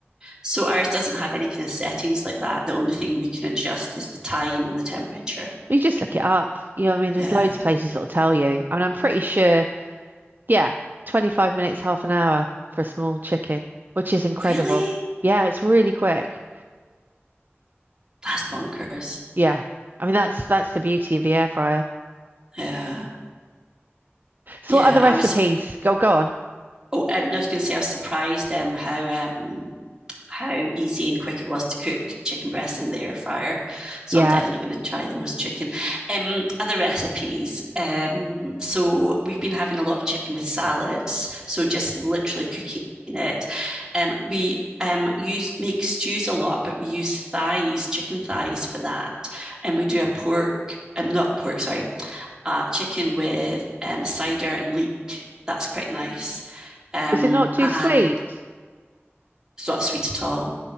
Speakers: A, on the right; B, on the right.
A: so ours doesn't have any kind of settings like that. The only thing we can adjust is the time and the temperature.
B: You just look it up. You know, what I mean, there's
A: Yeah.
B: loads of places that'll tell you. I mean, I'm pretty sure. Yeah, 25 minutes, half an hour for a small chicken, which is incredible.
A: Really?
B: Yeah, it's really quick.
A: That's bonkers.
B: Yeah, I mean that's that's the beauty of the air fryer.
A: Yeah.
B: So,
A: Yeah,
B: what other
A: I
B: recipes?
A: was
B: Go go on.
A: Oh, um, I was going to say I was surprised um, how um, how easy and quick it was to cook chicken breasts in the air fryer. So
B: Yeah.
A: I'm definitely going to try the roast chicken. Um, other recipes. Um, so we've been having a lot of chicken with salads. So just literally cooking it. Um, we um, use make stews a lot, but we use thighs, chicken thighs for that, and we do a pork and not pork, sorry, uh, chicken with um, cider and leek. That's quite nice. Um,
B: Is it not too
A: and
B: sweet?
A: it's not sweet at all.